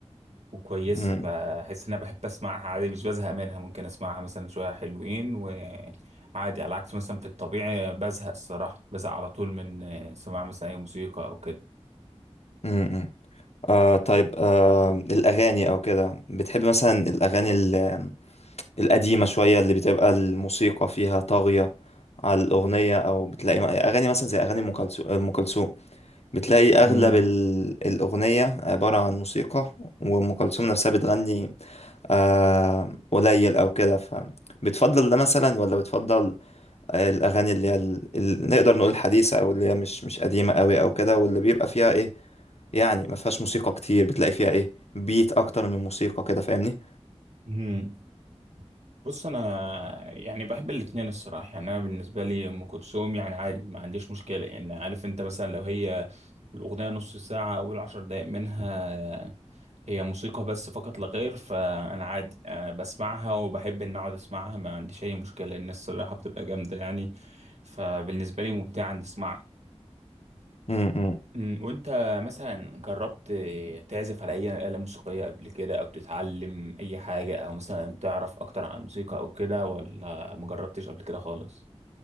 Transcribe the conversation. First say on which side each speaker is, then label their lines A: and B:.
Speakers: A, on the right (about 80°); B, on the left (about 65°).
A: وكويس
B: اه
A: بحس ان انا بحب اسمعها عادي مش بزهق منها ممكن اسمعها مثلا شويه حلوين وعادي على عكس مثلا في الطبيعي بزهق الصراحه بزهق على طول من سماع مثلا اي موسيقى او كده
B: امم آه طيب آه الأغاني أو كده بتحب مثلا الأغاني ال- القديمة شوية اللي بتبقى الموسيقى فيها طاغية على الأغنية أو بتلاقي م- أغاني مثلا زي أغاني أم كلثو- أم كلثوم بتلاقي أغلب
A: مم.
B: ال- الأغنية عبارة عن موسيقى وأم كلثوم نفسها بتغني آه قليل أو كده فبتفضل ده مثلا ولا بتفضل الاغاني اللي هي ال- ال- نقدر نقول حديثه او اللي هي مش مش قديمه قوي او كده واللي بيبقى فيها ايه يعني ما فيهاش موسيقى كتير بتلاقي فيها ايه بيت اكتر من موسيقى كده فاهمني
A: مم. بص انا يعني بحب الاتنين الصراحه يعني انا بالنسبه لي ام كلثوم يعني عادي ما عنديش مشكله يعني عارف انت مثلا لو هي الاغنيه نص ساعه اول عشر دقائق منها هي موسيقى بس فقط لا غير فانا عادي أه بسمعها وبحب ان اقعد اسمعها ما عنديش اي مشكله لان الصراحه بتبقى جامده يعني فبالنسبه لي ممتعه ان اسمعها
B: امم
A: أمم، وانت مثلا جربت تعزف على اي آلة موسيقية قبل كده او تتعلم اي حاجة او مثلا تعرف اكتر عن الموسيقى او كده ولا ما جربتش قبل كده خالص